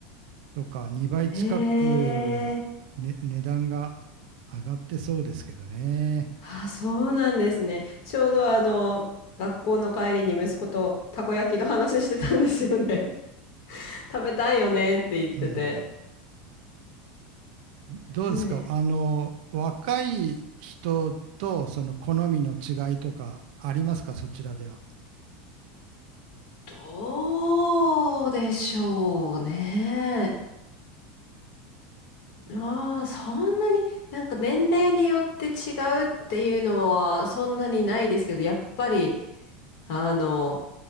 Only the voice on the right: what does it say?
とか2倍近く、
ね、値段が上がってそうですけどね。
うん、どうですか、
あの、若い人とその好みの違いとかありますか、そちらでは。